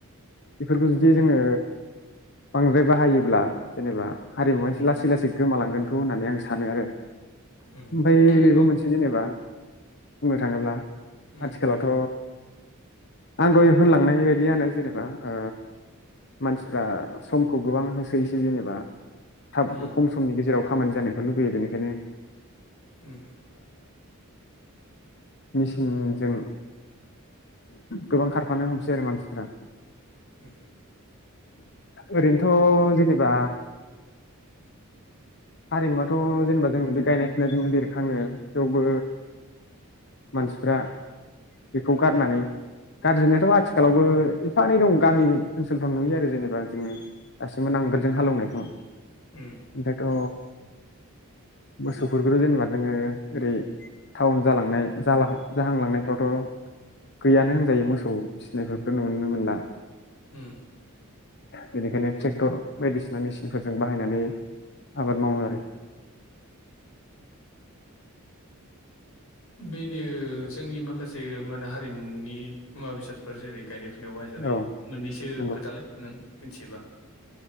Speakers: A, on the left; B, on the left.
A: बेफोरखौ जुदि जोङो बांद्राय बाहायोब्ला जेनेबा हारिमुवा
B: उम
A: लासै लासै गोमालांगोन होननानै आं सानो आरो
B: उम
A: ओमफ्राय
B: नंगौ
A: बेबो मोनसे जेनेबा बुंनो थाङोब्ला
B: उम
A: आथिखालावथ' आं दहाय होनलांनाय बायदियानो जेनेबा ओ मानसिफ्रा समखौ गोबां होसोयैसै जेनेबा थाब
B: उम
A: खम समनि गेजेराव खामानि जानायखौ लुबैयो बेनिखायनो
B: उम
A: मेचिनजों गोबां खारफानो हमसै आरो मानसिफोरा
B: <unintelligible>
A: ओरैनोथ' जेनेबा हारिमुवाथ' जेनेबा जों गायनाय फनाय जोंनो बेरखाङो थेवबो मानसिफ्रा बेखौ गारनानै गारजेननायाथ' आथिखालावबो एफा एनै दं गामि ओ सोलफ्राव नुयो आरो जेनेबा जोंङ दासिमबो नांगोलजों हालेवनायखौ
B: उम
A: ओमफ्रायथ' मोसौफोरखौथ' जेनेबा नोङो ओरै टाउन जालांनाय जाहांलांनायफ्रावथ' गैयानो होनजायो मोसौ फिसिनायथ' नुनो मोनला
B: उम
A: बेनिखायनो ट्रेक्टर बायदिसिना मेसिनफोरजों बाहायनानै आबादमावोआरो
B: बेनो जोंनि माखासे मा होनो हारिमुनि मुवा बेसादफोर जेरै गायनाय फुनायाव बाहायजानाय
A: औ
B: मोननैसो
A: नंगौ
B: खोथालाय नों मिथियोबा